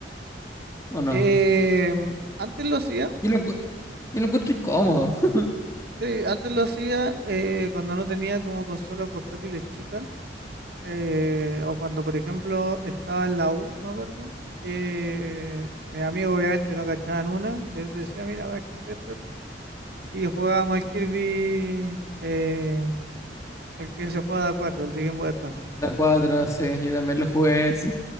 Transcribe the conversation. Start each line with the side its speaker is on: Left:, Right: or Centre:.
Left: o no?
Right: Eh, antes lo hacía,
Left: Yo lo, encu- yo lo encuentro incómodo. <laughs>
Right: antes, antes lo hacía eh, cuando no tenía como consolas portátiles chicas, eh, o cuando por ejemplo estaba en la U, me acuerdo, eh, mis amigos obviamente no cachaban una, yo les decía, mira, va a esto, y jugábamos al Kirby, eh, el que se juega de a 4, el de Game Boy Advance,
Left: La 4,
Right: ¿cachai?
Left: sí, yo también lo jugué ese,